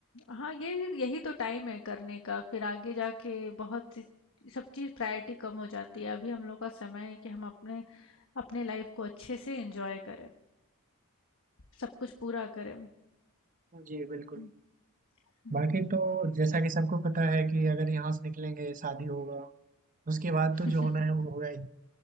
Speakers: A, on the left; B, on the right.
A: हाँ यही यही तो टाइम है करने का फिर आगे जाके बहुत सी- सब चीज़ प्रायोरिटी कम हो जाती है अभी हम लोग का समय है कि हम अपने अपने लाइफ को अच्छे से एंजॉय करें सब कुछ पूरा करें <laughs>
B: जी बिल्कुल
A: हम्म, हम्म,
B: बाकी तो जैसा कि सबको पता है कि अगर यहाँ से निकलेंगे शादी होगा उसके बाद
A: हम्म।
B: तो जो होना है वो होगा ही